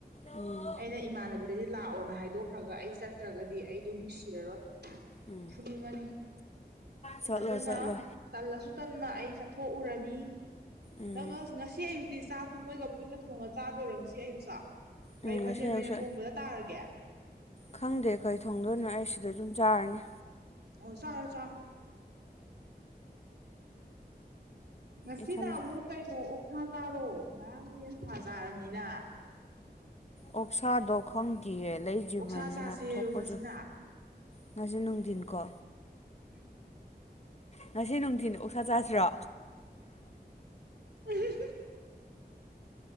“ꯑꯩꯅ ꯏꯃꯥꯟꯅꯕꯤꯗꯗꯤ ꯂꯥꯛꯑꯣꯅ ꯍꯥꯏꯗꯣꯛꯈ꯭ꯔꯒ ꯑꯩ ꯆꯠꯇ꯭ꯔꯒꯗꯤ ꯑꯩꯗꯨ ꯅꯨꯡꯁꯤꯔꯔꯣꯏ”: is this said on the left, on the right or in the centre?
Right